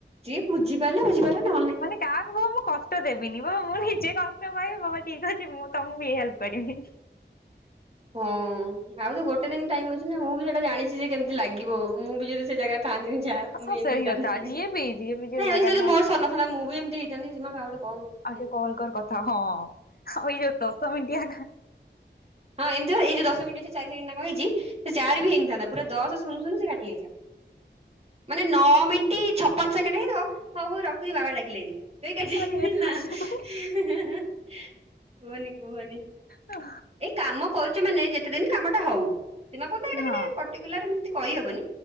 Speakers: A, on the right (about 30°); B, on the left (about 55°).
A: ଯିଏ ବୁଝିପାରିଲା ବୁଝିପାରିଲା ନହେଲେ ନାଇଁ।
B: ମାନେ କାହାକୁ ବା ମୁଁ କଷ୍ଟ ଦେବିନି ବ ନିଜେ କଷ୍ଟ ପାଇବି ବାବା ଠିକ ଅଛି ମୁଁ ତମକୁ ବି ହେଲ୍ପ କରିବି।
A: ହଁ ଆଉ ତ ଗୋଟେ ଦିନ ଟାଇମ ଅଛି ନା ମୁଁ ବି ସେଟା ଜାଣିଛି ଯେ କେମିତି ଲାଗିବ ମୁଁ ବି ଯଦି ସେ ଜାଗା ଥାନ୍ତି ଯା ମୁ
B: ହଁ
A: ଏ
B: ସେଇ
A: ନାଇ
B: କଥା ଯିଏ ବି ଯିଏ ବି ଯୋଉ ଜାଗାରେ
A: ଯଦି
B: ଥାଆନ୍ତୁ
A: ମୋର
B: ତାକୁ
A: ସରି ନଥାନ୍ତା ମୁଁ ବି ଏମିତି <unintelligible>
B: ଆଉ ଟିକେ କଲ କର କଥା ହଁ ଆଉ ଏଇ ଯୋଉ ଦଶ ମିଟିଆ
A: ହଁ ଏମତି ବା ଏ ଯଉ ଦଶ ମିନିଟ ଚାରି ସେକେଣ୍ଡ ନା କଣ ହେଇଛି ସେ ଚାରି ବି ହେଇନଥାନ୍ତା। ପୁରା ଦଶ ଶୁନ ଶୁନ ସେ କାଟିଦେଇଥାନ୍ତେ ମାନେ ନଅ ମିନିଟ ଛପନ ସେକେଣ୍ଡ ହେଇଥିବ ହଉ ହଉ ରଖୁଛି ବାବା ଡାକିଲେଣି କଇକି କାଟିଦେଇକି
B: ମାନେ ଏପଟ
A: ହେଲା।
B: ସେପଟ
A: କୁହନି କୁହନି।
B: ହଁ
A: ଏଇ କାମ କରୁଛେ ମାନେ ଯେତେ ଦିନ କାମ ଟା ହଉ ସିମା କହୁଚି
B: ହଁ।
A: ପଟିକୁଲାର ଏମତି କହିହବନି